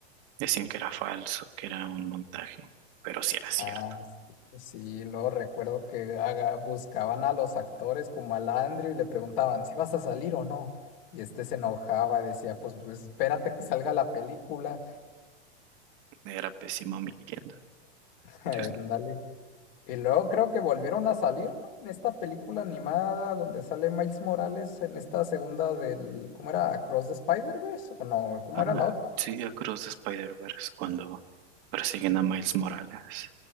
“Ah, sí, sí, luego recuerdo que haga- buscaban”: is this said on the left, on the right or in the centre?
Left